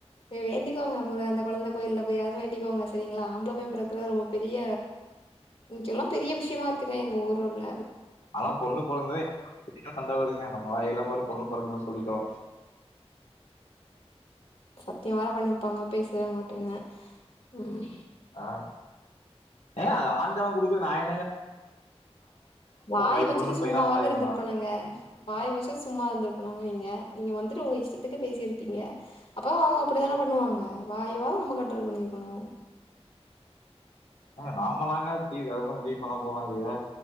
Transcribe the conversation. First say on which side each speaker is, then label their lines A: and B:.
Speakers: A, on the left (about 55°); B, on the left (about 75°).
A: வேண்டிக்கோங்க மொத அந்த கொழந்த கோயில போய்யாவது வேண்டிக்கோங்க சரிங்ளா ஆம்புள பையன் பொறக்குற ரொம்ப பெரிய இங்கெல்லா பெரிய விஷ்யமா இருக்குங்க எங்க ஊர் உள்ள
B: அதா பொண்ணு பொறந்து <inaudible> சண்ட வருங்க நம்ம வாய் எல்லா பாரு பொண்ணு பொறக்னு சொல்லிடோ
A: சத்ய வேர பண்ணிருப்பாங்க பேசவே மாட்டேனு ம்
B: ஆ ஏங்க அது ஆண்டவ குடுக்றது நா ஏ
A: வாய
B: பை
A: வச்சுட்டு
B: பொண்ணு பையனா
A: சும்மாவாது
B: மாறிடுமா
A: இருந்துருக்கணுங்க வாய வச்சுட்டு சும்மா இருந்துருக்கணு நீங்க நீங்க வந்துட்டு உங்க இஷ்டத்துக்கு பேசிருப்பீங்க அப்போ அவுங்க அப்டி தான பண்ணுவாங்க வாயவா நம்ம கண்ட்ரோல் பண்ணிருக்கணு
B: ஏங்க நாமலாங்க தீ அத ஒன்னு முடிவு பண்ண போறோ திய